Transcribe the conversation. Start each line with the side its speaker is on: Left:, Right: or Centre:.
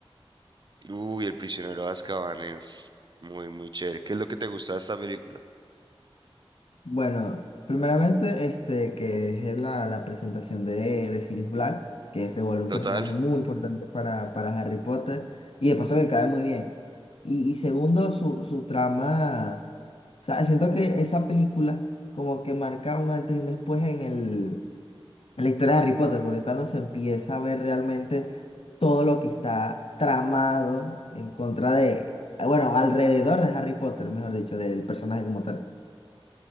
Right: Uy, El prisionero de Azkaban es muy, muy chévere. ¿Qué es lo que te gusta de esta película?
Left: Bueno, primeramente, este, que es la, la presentación de, de Sirius Black, que se vuelve un
Right: Total.
Left: personaje muy importante para, para Harry Potter, y de paso que cae muy bien. Y, y segundo, su, su trama, o sea, siento que esa película como que marca un antes y un después en el, en la historia de Harry Potter, porque es cuando se empieza a ver realmente todo lo que está tramado en contra de, bueno, alrededor de Harry Potter, mejor dicho, del personaje como tal.